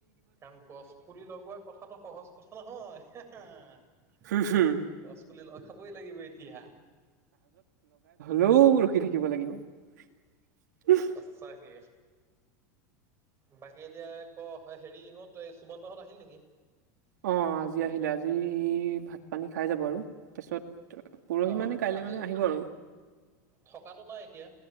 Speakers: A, on the right; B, on the right.
A: কাৰণ গছ পুলি লগোৱা কথাটো সহজ কথা নহয় হা, বা।
B: হুম হুম
A: গছ পুলি ৰখাবই লাগিব এতিয়া।
B: লও, ৰখি থাকিব লাগিব।
A: সঁচাকে বাকী এতিয়াক হেৰি ইহঁত। সুমনত হত আহিল নেকি।
B: অ, আজি আহিলে আজি ভাত পানী খাই যাব আৰু, তাৰপিছত। পৰহি
A: অ
B: মানে কাইলে
A: আজি
B: মানে আহিব আৰু।
A: থকাটো নাই এতিয়া